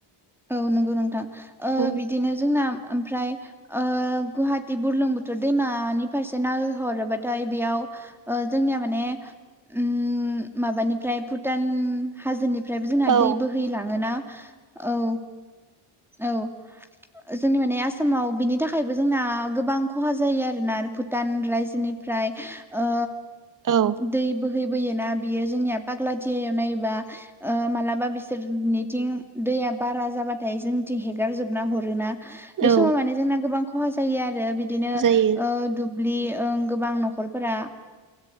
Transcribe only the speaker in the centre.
औ नंगौ नोंथां ओ
बिदिनो जोंना ओमफ्राय ओ गुवाहाटि बुरलुं बुथुर दैमानि फारसे ननायहरोबाथाय बेयाव ओ जोंनिआ माने उम माबानिफ्राय भुटान हाजोनि ओमफ्रायबो जोंना
दै बोहैलाङोना औ औ जोंनि माने आसामाव बिनि थाखायबो जोंना गोबां खहा जायो आरोना भुटान रायजोनि फ्राय ओ
दै बो बोहैफोयोना बियो जोंनिया फाग्लादियाआव नायोबा मालाबा ओ बिसोरनिथिं दैया बारा जाबाथाय जोंथिं हेगार जोबना हरोना बे
समाव माने जोंना गोबां खहा जायो आरो बिदिनो
ओ दुब्लि ओं गोबां न'खरफोरा